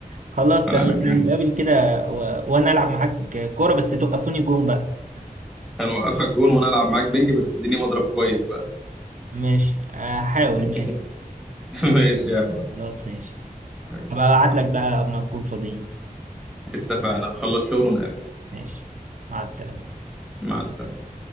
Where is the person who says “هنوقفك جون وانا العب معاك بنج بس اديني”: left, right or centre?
Centre